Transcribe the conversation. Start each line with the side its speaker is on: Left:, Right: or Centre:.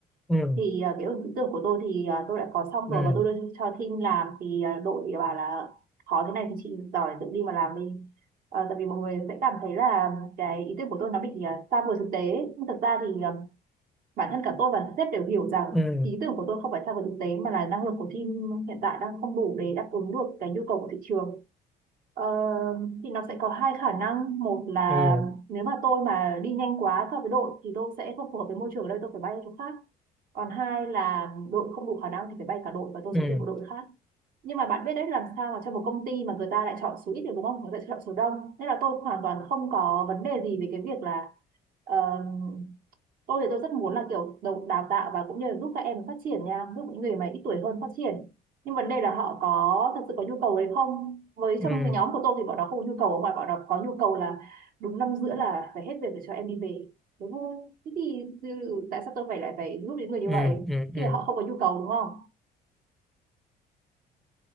Centre: ừ
Right: thì à, cái ý tưởng của tôi thì à, tôi đã có xong
Centre: ừ
Right: rồi và tôi đưa cho team làm thì à, đội bảo là khó thế này thì chị giỏi tự đi mà làm đi Ờ, tại vì mọi người sẽ cảm thấy là cái ý tưởng của tôi nó bị à, xa vời thực tế ấy. nhưng thực ra thì à, bản thân cả tôi và sếp đều hiểu rằng
Centre: ừ
Right: ý tưởng của tôi không phải xa vời thực tế mà là năng lực của team hiện tại đang không đủ để đáp ứng được cái nhu cầu của thị trường Ờ, thì nó sẽ có hai khả năng một là
Centre: ừ
Right: nếu mà tôi mà đi nhanh quá so với đội thì tôi sẽ không phù hợp với môi trường ở đây tôi phải bay ra chỗ khác còn hai là đội không đủ khả năng thì phải bay cả đội và tôi
Centre: ừ
Right: sẽ tuyển một đội khác nhưng mà bạn biết đấy làm sao mà trong một công ty mà người ta lại chọn số ít được đúng không người ta chọn số đông nên là tôi hoàn toàn không có vấn đề gì về cái việc là ờ, tôi thì tôi rất muốn là kiểu đầu đào tạo và cũng như là giúp các em phát triển nha giúp những người mà ít tuổi hơn phát triển nhưng vấn đề là họ có thật sự có nhu cầu đấy không với
Centre: ừ
Right: trong
Centre: ừ
Right: cái nhóm của tôi thì bọn nó không có nhu cầu mà bọn nó có nhu cầu là đúng năm giữa là phải hết việc để cho em đi về thế thôi thế thì từ- tại sao tôi phải lại phải giúp những người như
Centre: ừ
Right: vậy
Centre: ừ,
Right: khi
Centre: ừ.
Right: mà họ không có nhu cầu đúng không